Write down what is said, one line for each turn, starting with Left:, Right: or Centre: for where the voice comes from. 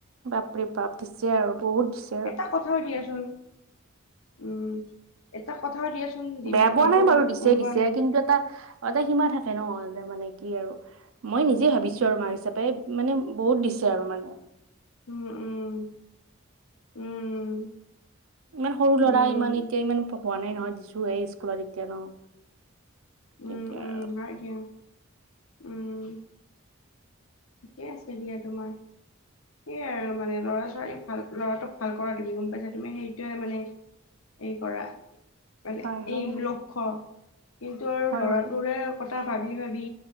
Right: বাপৰে বাপ দিছে আৰু বহুত দি
Left: এটা কথাও দিয়াচোন উম, এটা কথাও দিয়াচোন দিলে
Right: বেয়া পোৱা
Left: ভালো
Right: নাই বাৰু দিছে
Left: গম পোৱা নাই।
Right: <unintelligible> এটা সীমা থাকে ন যে মানে কি আৰু মই নিজে ভাবিছোঁ আৰু মাক হিচাপে মানে বহুত দিছে আৰু মানে,
Left: উম উম উম
Right: ইমান সৰু ল'ৰা
Left: উম
Right: ইমান এতিয়া ইমান পঢ়োৱা নাই নহয় দিছো হে স্কুলত এতিয়া ন। তেতিয়া
Left: উম উম
Right: আৰু
Left: তাকে উম, ঠিকে আছে দিয়া তোমাৰ। সে আৰু মানে ল'ৰা ছোৱালী ভাল ল'ৰাটোক ভাল কৰা তুমি গম পাইছা তুমি সেইটোৱে মানে। এই কৰা মানে
Right: হয় হয়
Left: এই লক্ষ্য কিন্তু আৰু
Right: হয়
Left: ল'ৰাটোৰে।
Right: বাৰু
Left: কথা ভাবি ভাবি